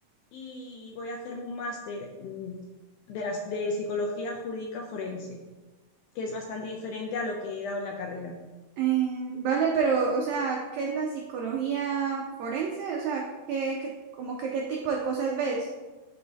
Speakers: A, on the left; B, on the right.
A: y voy a hacerme un máster mm, de, las, de psicología jurídica forense, que es bastante diferente a lo que he dado en la carrera.
B: Eh, vale, pero, o sea, ¿qué es la psicología forense? O sea, ¿qué, qué, como que qué tipo de cosas ves?